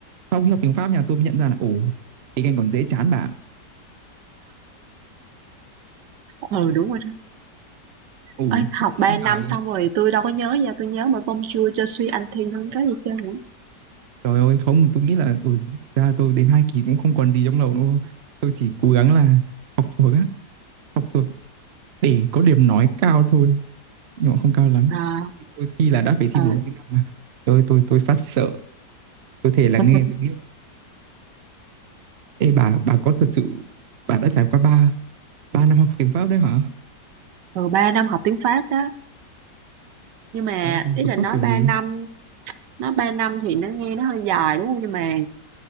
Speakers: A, on the right; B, on the right.
A: sau khi học tiếng Pháp nhà tôi mới nhận ra là ồ tiếng Anh còn dễ chán bà.
B: Ừ, đúng rồi đó.
A: Ồ, không
B: Ê,
A: biết
B: học
A: là
B: 3
A: bà
B: năm xong rồi tôi đâu có nhớ nha, tôi nhớ mà bonjour cho suy anh thi không có gì chơi nữa.
A: Trời ơi không tôi nghĩ là ừ, ra là tôi đến hai kỳ cũng không còn gì trong đầu đâu tôi chỉ cố gắng là học thuộc á học thuộc để có điểm nói cao thôi nhưng mà không cao lắm
B: À,
A: tôi thi là đã phải thi
B: ờ,
A: bốn kỹ năng mà tôi tôi tôi phát sợ tôi thể là
B: <laughs>
A: nghe tôi biết Ê bà bà có thật sự bà đã trải qua ba ba năm học tiếng Pháp đấy hả
B: rồi 3 năm học tiếng Pháp đó nhưng mà
A: đó, bà
B: ý
A: sống
B: là
A: sót
B: nói
A: kiểu
B: ba
A: gì
B: năm nói 3 năm thì nó nghe nó hơi dài đúng không nhưng mà